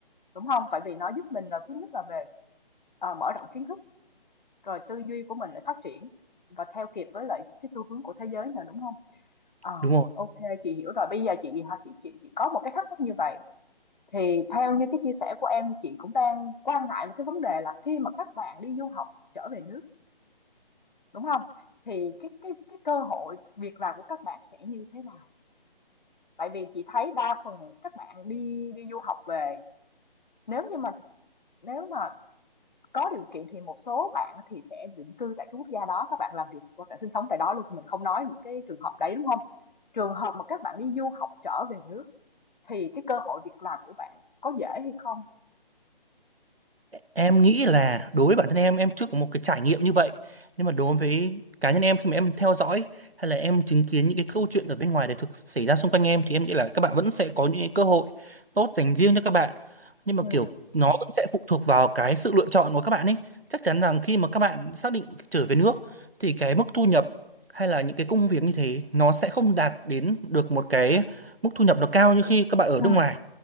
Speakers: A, on the left; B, on the right.
A: đúng không tại vì nó giúp mình là thứ nhất là về ờ, mở rộng kiến thức rồi tư duy của mình lại phát triển và theo kịp với lại cái xu hướng của thế giới nữa đúng không Ờ,
B: đúng không
A: OK, chị hiểu rồi. Bây giờ chị ha chị chị chị có một cái thắc mắc như vậy thì theo như cái chia sẻ của em, thì chị cũng đang quan ngại một cái vấn đề là khi mà các bạn đi du học trở về nước, đúng không Thì cái cái cái cơ hội việc làm của các bạn sẽ như thế nào? Tại vì chị thấy đa phần các bạn đi đi du học về, nếu như mà nếu mà có điều kiện thì một số bạn thì sẽ định cư tại cái quốc gia đó, các bạn làm việc hoặc bạn sinh sống tại đó luôn, thì mình không nói những cái trường hợp đấy, đúng không Trường hợp mà các bạn đi du học trở về nước thì cái cơ hội việc làm của bạn có dễ hay không?
B: Em nghĩ là đối với bản thân em em chưa có một cái trải nghiệm như vậy nhưng mà đối với cá nhân em khi mà em theo dõi hay là em chứng kiến những cái câu chuyện ở bên ngoài để thực xảy ra xung quanh em thì em nghĩ là các bạn vẫn sẽ có những cái cơ hội tốt dành riêng cho các bạn nhưng mà
A: Ừm,
B: kiểu nó vẫn sẽ phụ thuộc vào cái sự lựa chọn của các bạn ấy chắc chắn rằng khi mà các bạn xác định trở về nước thì cái mức thu nhập hay là những cái công việc như thế nó sẽ không đạt đến được một cái mức thu nhập nó cao như khi các bạn ở
A: Ừm,
B: nước ngoài